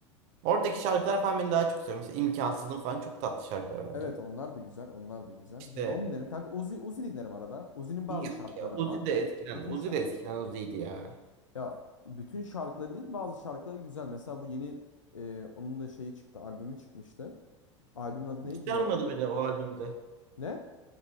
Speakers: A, on the right (about 45°); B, on the left (about 85°).
A: Oradaki şarkılar falan beni daha çok sarıyor. Mesela İmkansızın falan çok tatlı şarkılar
B: Evet
A: bence.
B: onlar da güzel. Onlar da güzel.
A: İşte
B: Yani onu dinlerim. Kanka Uzi, Uzi dinlerim arada. Uzi'nin bazı
A: yok
B: şarkıları
A: ki. Uzi
B: ama.
A: de eskiden.
B: Bütün
A: Uzi
B: şa-
A: de eskiden Uzi'ydi ya.
B: ya bütün şarkıları değil bazı şarkıları güzel. Mesela bu yeni e, onun da şeyi çıktı. Albümü çıkmıştı. Albümün adı
A: Hiç
B: neydi
A: sarmadı
B: ya onun?
A: beni o albümde.
B: Ne?